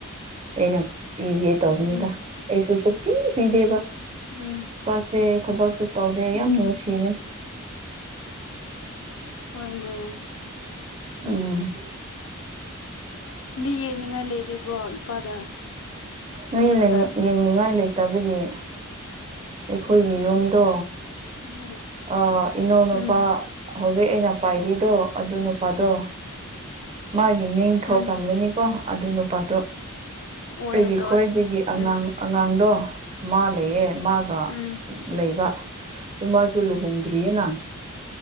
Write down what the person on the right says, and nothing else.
ꯑꯩꯅ ꯄꯤꯁꯦ ꯇꯧꯕꯅꯤꯗ
ꯑꯩꯁꯨ ꯁꯨꯛꯄꯤ ꯄꯤꯗꯦ
ꯏꯄꯥꯁꯦ ꯊꯕꯛꯁꯨ ꯇꯧꯗꯦ
ꯌꯥꯝ ꯅꯨꯡꯁꯤꯕꯅꯤ
ꯎꯝ
ꯃꯤꯂꯩꯌꯦ
ꯌꯦꯡꯅꯤꯡꯉꯥꯏ ꯂꯩꯇꯕꯒꯤ ꯑꯩꯈꯣꯏꯒꯤ ꯌꯨꯝꯗꯣ꯫
ꯑ ꯏꯅꯥꯎ ꯅꯨꯄꯥ
ꯍꯧꯖꯤꯛ ꯑꯩꯅ ꯄꯥꯏꯔꯤꯗꯣ ꯑꯗꯨ ꯅꯨꯄꯥꯗꯣ ꯃꯥꯒꯤ ꯃꯤꯡ ꯊꯣꯛꯈ꯭ꯔꯝꯅꯤꯅꯦꯀꯣ
ꯑꯗꯨ ꯅꯨꯄꯥꯗꯣ꯫
ꯑꯩꯒꯤ
ꯈ꯭ꯋꯥꯏꯗꯒꯤ ꯑꯉꯥꯡ
ꯑꯉꯥꯡꯗꯣ ꯃꯥ ꯂꯩꯌꯦ ꯃꯥꯒ
ꯂꯩꯕ ꯑꯗꯨꯃꯥꯖꯨ <unintelligible> ꯂꯨꯍꯣꯡꯗꯔꯤꯌꯦꯅ꯫